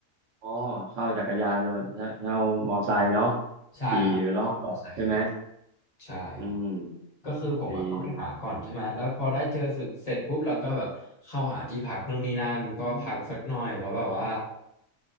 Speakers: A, on the right; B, on the left.
A: อ๋อเช่าจักรยานเนอะเช่ามอไซค์เนาะ
B: ใช่ครับเช่ามอเตอร์ไซค์ครับ
A: ขี่ไปรอบเกาะใช่ไหม
B: ใช่ครับ
A: อืม
B: ก็คือผมอ่ะก็ไปหาก่อนใช่ไหมแล้วพอได้เจอสุดเสร็จปุ๊บเราก็แบบเข้าหาที่พักนู่นนี่นั่นก็พักสักหน่อยเพราะแบบว่า
A: ดีดี